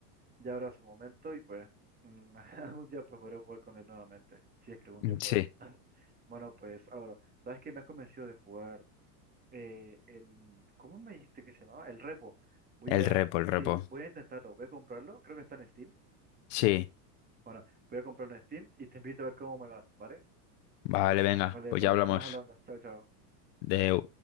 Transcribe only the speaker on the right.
Ya habrá su momento y pues mm, <laughs> algún día pues podré jugar con él nuevamente, si es que algún día
puedo.
<laughs> Bueno, pues Álvaro, ¿sabes que Me has convencido de jugar eh, el... ¿Cómo me dijiste que se llamaba? El repo. Voy
a...
Sí,
voy a intentarlo, voy a comprarlo, creo que está en Steam.
Bueno, voy a comprarlo en Steam y te invito a ver cómo me va, ¿vale?
Vale,
pues
estamos hablando. Chao, chao.